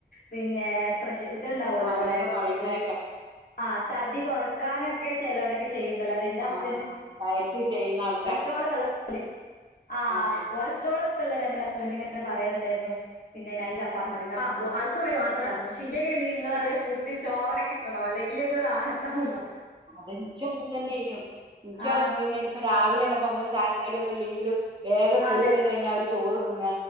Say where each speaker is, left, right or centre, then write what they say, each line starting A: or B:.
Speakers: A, on the left; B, on the right.
A: പിന്നെ പ്രശ് ഇത്ണ്ടാവോല്ലോ
B: ആഹ്
A: നമ്മളെ
B: അങ്ങനെ പറയുന്നേക്ക
A: ഹ് ആ തടി കുറക്കാനൊക്കെ ചെലരൊക്കെ ചെയ്യുന്നുല്ലോ ന്റെ ഹസ്സ്
B: ആ ഡയറ്റ്ചെയ്യുന്ന ആൾ
A: കൊളസ്ട്രോൾ ഒക്കെള്ള ആൾ ആ
B: ആഹ്
A: കൊളസ്ട്രോൾ ള്ള ടൈമിൽ ഹസ്ബന്റ് ഇങ്ങനെ പറയാറുണ്ടായിരുന്നു പിന്നെ നൈറ്റ് ചപ്പാതിമതി അപ്പൊ
B: ഉം
A: ആൾ അവക്ക് വേണ്ടി മാത്രണ്ടാക്കും പക്ഷെ ഇനൊനിങ്ങളൾ ഫുഡ് ചോറൊക്കെ കിട്ടണം അല്ലെങ്കിൽ ഒരുറാഹത്താവൂല
B: അതനിക്കും അങ്ങനെതന്നെർന്ന് ഇൻക്
A: ആ
B: അങ്ങൻതന്നേനു ഇപ്പൊ രാവിലെ തന്നെപ്പ നമ്മള് ചായെക്കടിയൊന്നും ഇല്ലെങ്കിലും വേഗ കുളിയൊക്കെ
A: അതെ
B: കഴിഞ്ഞാ ആ ഒര് ചോറ് തിന്ന